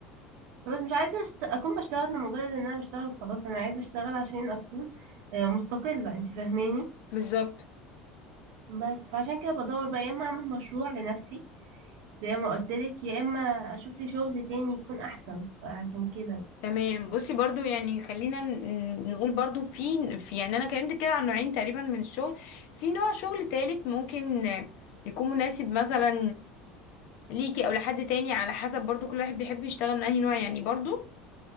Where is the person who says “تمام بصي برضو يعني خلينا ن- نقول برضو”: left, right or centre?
Left